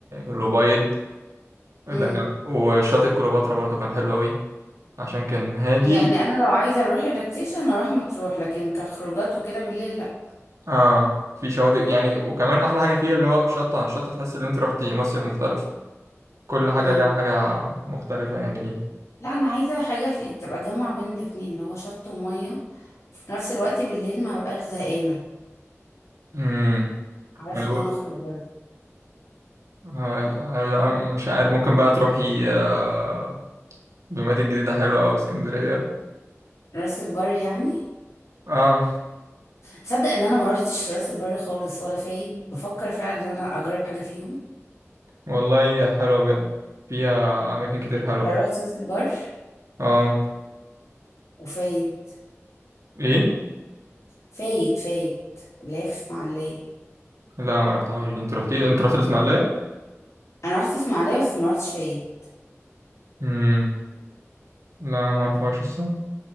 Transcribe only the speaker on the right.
الأبيض ده
كان وشاطئ كليوباترا برضو كان حلو أوي عشان كان هادي
و...
آه في شواطئ يعني وكمان أحلى حاجة فيه اللي هو شط عن شط تحس إن أنت روحتي مصيف مختلف كل حاجة
ليها حاجة مختلفة يعني ليه
امم
يعني
بقول-
آه، آه، لا مش عارف ممكن بقى تروحي آه، دومات الجديدة حلوة أو اسكندرية
اه
والله حلوة بجد فيها أماكن كتير حلوة
اه
ايه
لا ما رحتهاش دي. انت رحتي انت رحت الإسماعيلية
امم لا ما اعرفهاش الصراحة